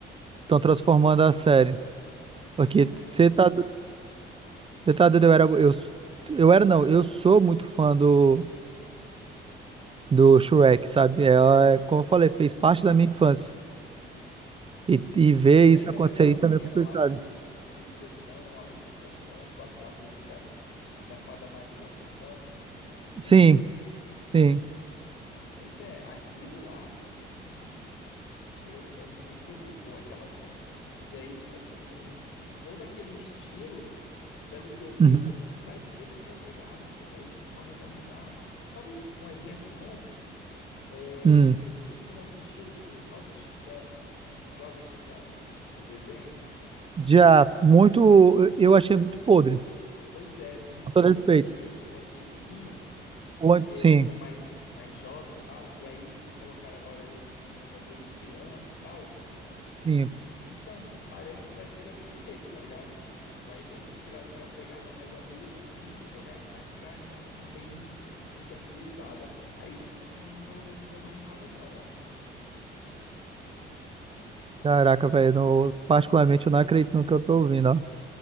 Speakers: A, on the right (about 30°); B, on the left (about 80°).
A: Estão transformando a série. Porque
B: Pois é,
A: você
B: velho.
A: tá... Você tá doido, eu era... Eu, eu era, não. Eu sou muito fã do... do Shrek, sabe? Ela, é, como eu falei, fez parte da minha infância. E,
B: Tu,
A: e ver
B: tu lembra
A: isso acontecer,
B: daquela
A: isso
B: cena
A: é meio complicado.
B: lá do, do Biscoitão abrindo o portão com aquela música da Fada Madrinha cantando de, de fundo?
A: Sim, sim.
B: Pois é, aquilo lá é cinema. entendeu? É muito boa aquela cena. E aí, tipo assim, todo aquele estilo, pelo que eu vi,
A: Uhum.
B: mano, não vai ser naquela pegada, pô. Vai, tipo, vai, vai mudar. Sabe um exemplo bom? É,
A: Hum.
B: não sei se tu já assistiu Os Novos Titã, o Jovem Titã, o desenho.
A: Já muito, eu achei muito podre,
B: Pois é, não
A: com
B: tem
A: todo respeito.
B: o antigo, o antigozinho,
A: Ou-
B: que eles
A: Sim,
B: são mais, mais jovens e tal, e aí colocaram agora esses que eles são meio que criança e tal.
A: sim.
B: Então, pô, parece que vai ser daquele jeito, tá ligado? Vai meio que tirar aquela pegada mais adulta, assim, e jogar mais pra animação bem infantilizada. Aí, tipo assim, eu não dou, não deu uma animada, não, ó.
A: Caraca, velho, no- particularmente eu não acredito no que eu tô ouvindo, ó.